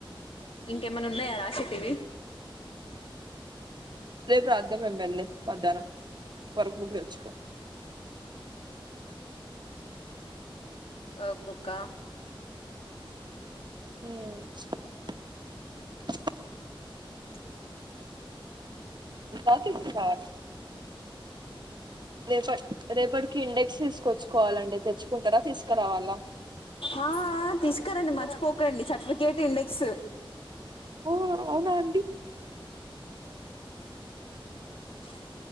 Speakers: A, on the left; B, on the right.
A: ఇంకెమ్మనా ఉన్నయా రాసేటివి
B: రేపు రాద్దాం ఎమ్మెల్యే మధ్యాహ్నం వరకు వర్క్ బుక్ తెచ్చుకో.
A: వర్క్ బుక్క
B: ఊ <unintelligible>
A: ఆ <unintelligible>
B: బ ఇస్తు కావ రేపటి రేపటికి ఇండెక్స్ తీసుకోవచ్చు. కోవాలండి తెచ్చుకుంటారా, తీసుకురావాలా
A: ఆ తీసుకురండి, మర్చిపోకండి, సర్టిఫికేట్ ఇండెక్స్
B: ఊ అవునా అండి
A: ఇక